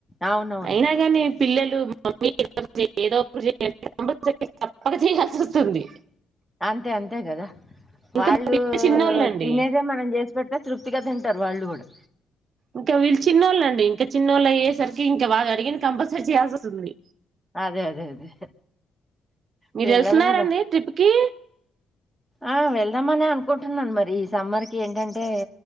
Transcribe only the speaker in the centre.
అవునవును
అంతే అంతే కదా వాళ్ళు
తినేదే మనం చేసు పెడ్తే తృప్తిగా తింటారు వాళ్ళు కూడా
అదే అదే అదే
పిల్లలు
కదా
ఆ వెళ్దామని అనుకుంటున్నాను మరి ఈ సమ్మర్ కి ఏంటంటే